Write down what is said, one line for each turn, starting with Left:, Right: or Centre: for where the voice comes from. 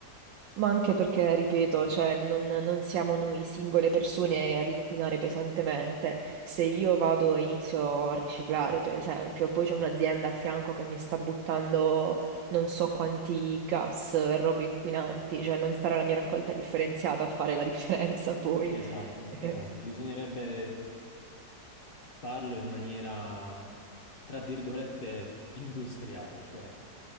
Right: Ma anche perché, ripeto, cioè, non, non siamo noi singole persone ad inquinare pesantemente. Se io vado e inizio a riciclare, per esempio, poi c'è un'azienda a fianco che mi sta buttando non so quanti gas e robe inquinanti, cioè non sarà la mia raccolta differenziata a fare la differenza poi.
Left: Esatto,
Right: Eh,
Left: esatto.
Right: <laughs>
Left: Bisognerebbe farlo in maniera, tra virgolette, industriale, cioè